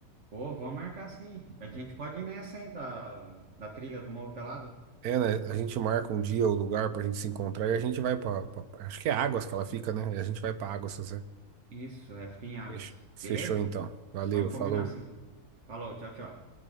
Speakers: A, on the right; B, on the right.
A: Ô, vamos marcar sim. A gente pode ir nessa aí da, da trilha do Morro Pelado.
B: É, né? A gente marca um dia o lugar pra gente se encontrar e a gente vai pra, pra- Acho que é Águas que ela fica, né? E a gente vai pra Águas, se você.
A: Isso, é, fica em Águas.
B: Fechou Fechou,
A: Beleza?
B: então. Valeu,
A: Vamos
B: falou.
A: combinar sim. Falou, tchau, tchau.